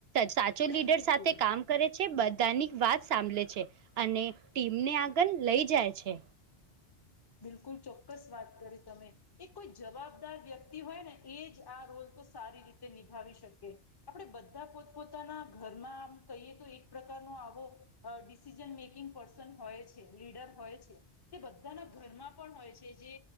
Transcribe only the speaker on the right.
સાચો લીડર
સાથે કામ કરે છે, બધાની વાત સાંભળ છે. અને ટીમને આગળ લઈ જાય છે.